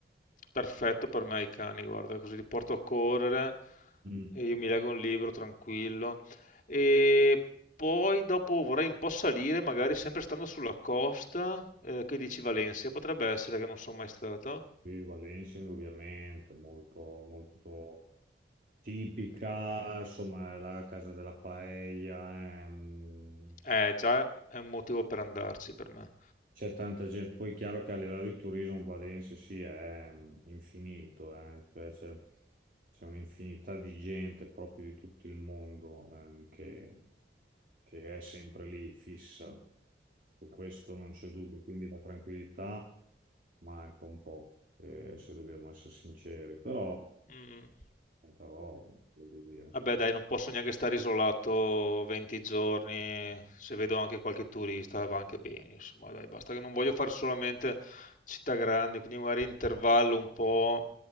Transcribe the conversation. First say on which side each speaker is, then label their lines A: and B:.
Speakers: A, on the left; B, on the right.
A: Perfetto per me i cani, guarda, così li porto a correre
B: Mm.
A: e io mi leggo un libro tranquillo. E poi dopo vorrei un po' salire, magari sempre stando sulla costa, eh, che dici Valencia, potrebbe essere che non sono mai stato.
B: Sì, Valencia indubbiamente, molto, molto tipica, insomma, è la casa della paella, ehm,
A: Eh, già è un motivo per andarci per me.
B: c'è tanta gente, poi è chiaro che a livello di turismo Valencia sì, è ehm, infinito, eh, cioè c'è c'è un'infinità di gente proprio di tutto il mondo eh, che, che è sempre lì, fissa, su questo non c'è dubbio, quindi la tranquillità manca un po', eh, se dobbiamo essere sinceri, però...
A: Mm.
B: Tanta roba, voglio dire.
A: Vabbè dai, non posso neanche stare isolato 20 giorni, se vedo anche qualche turista va anche bene, insomma, dai, basta che non voglio fare solamente città grandi, quindi magari intervallo un po'